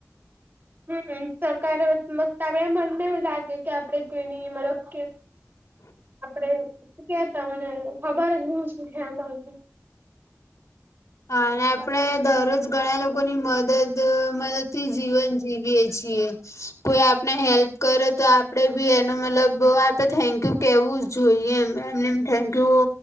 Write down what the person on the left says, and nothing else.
હા, અને આપણેે દરરોજ ઘણા લોકોની મદદ મદદ થી જીવન જીવીએ છીએ. કોઈ આપને હેલ્પ કરે તો, આપણે એનો મતલબ થેન્ક યુ કેવું જ- જોઈએ એમ, એમને એમ થેન્ક યુ